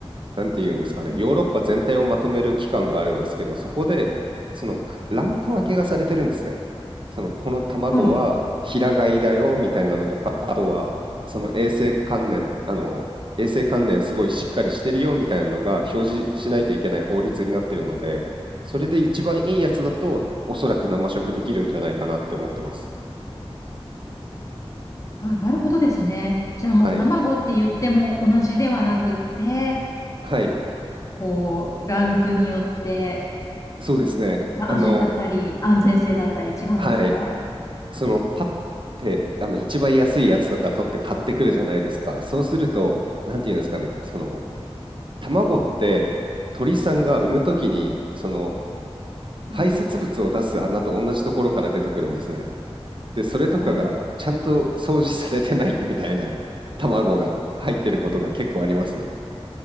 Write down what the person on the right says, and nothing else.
なんて言うんですかね、
ヨーロッパ全体をまとめる機関があるんですけど、そこで、そのくランク分けがされてるんですね。その、この卵は平飼いだよみたいなのとか、
あとは、その衛生関連、あの、衛生関連すごいしっかりしてるよみたいなのが表示しないといけない法律になってるので、それで一番いいやつだと、おそらく生食できるんじゃないかなって思ってます。
はい。はい。
そうですね。
あの、
はい。そのパッてあの一番安いやつとか取って買ってくるじゃないですか。そうすると、なんていうんですかね、その卵って鳥さんが産むときにその排泄物を出す穴と同じところから出てくるんですね。
で、それとかがちゃんと掃除されてないみたいな卵が入ってることが結構ありますね。